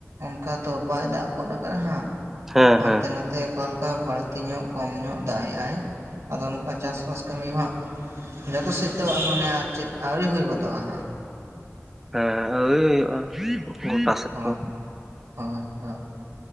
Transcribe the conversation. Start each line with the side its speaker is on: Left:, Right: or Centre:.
Right: ᱚᱱᱠᱟ ᱫᱚ ᱵᱟᱭ ᱫᱟᱜ ᱜᱚᱫ ᱠᱟᱜᱼᱟ ᱦᱟᱸᱜ
Centre: ᱦᱮᱸ
Right: ᱦᱟᱱᱛᱮ
Centre: ᱦᱮᱸ
Right: ᱱᱟᱛᱮ ᱚᱠᱟ ᱞᱮᱠᱟ ᱵᱟᱹᱲᱛᱤ ᱧᱚᱜ ᱠᱚᱢ ᱧᱚᱜ ᱫᱟᱜ ᱮᱜ ᱟᱭ ᱟᱫᱚ ᱚᱱᱠᱟ ᱪᱟᱥᱵᱟᱥ ᱠᱟᱹᱢᱤ ᱦᱟᱸᱜ ᱡᱚᱛᱚ ᱥᱮᱫ ᱫᱚ ᱢᱟᱱᱮ ᱪᱮᱫ ᱟᱹᱣᱨᱤ ᱦᱩᱭ ᱜᱚᱫᱚᱜᱼᱟ ᱦᱟᱸᱜ
Centre: ᱦᱮᱸ <unintelligible> ᱦᱩᱭᱩᱜᱼᱟ ᱜᱚᱴᱟ ᱥᱮᱫ
Right: ᱦᱳᱭ
Centre: ᱫᱚ
Right: ᱦᱳᱭ ᱦᱳᱭ